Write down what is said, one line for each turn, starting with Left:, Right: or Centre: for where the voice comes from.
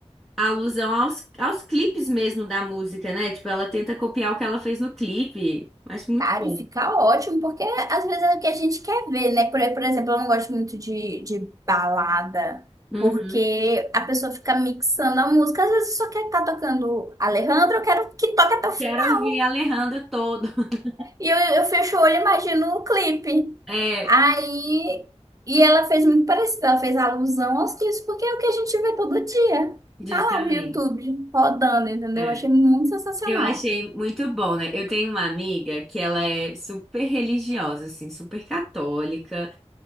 Centre: alusão aos, aos clipes mesmo da música, né? Tipo, ela tenta copiar o que ela fez no clipe. Acho muito
Right: Cara,
Centre: bom.
Right: e fica ótimo, porque às vezes é o que a gente quer ver, né? Por, por exemplo, eu não gosto muito de, de balada,
Centre: Uhum.
Right: porque a pessoa fica mixando a música. Às vezes só quer estar tocando Alejandro, eu quero que toque até o final.
Centre: Quero ouvir a Alejandra todo. <laughs>
Right: E eu, eu fecho o olho e imagino o clipe.
Centre: É,
Right: Aí. E ela fez muito parecido, ela fez alusão aos clipes, porque é o que a gente vê todo dia.
Centre: justamente.
Right: Tá lá no YouTube, rodando, entendeu?
Centre: é.
Right: Eu achei muito sensacional.
Centre: Eu achei muito bom, né? Eu tenho uma amiga que ela é super religiosa, assim, super católica